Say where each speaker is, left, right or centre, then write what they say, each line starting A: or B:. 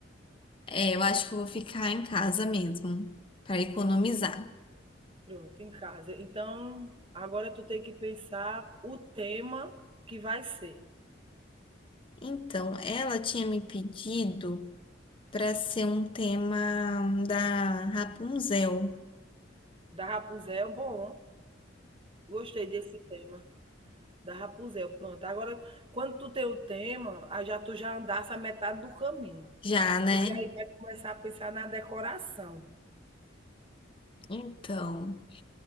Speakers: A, on the left; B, on the right.
A: É, eu acho que eu vou ficar em casa mesmo para economizar.
B: Pronto, em casa. Então, agora tu tem que pensar o tema que vai ser.
A: Então, ela tinha me pedido para ser um tema da Rapunzel.
B: Da Rapunzel, é bom, gostei desse tema. Da Rapunzel, pronto. Agora, quando tu tem o tema, aí já tu já andasse a metade do caminho,
A: Já, né?
B: porque aí vai começar a pensar na decoração.
A: Então.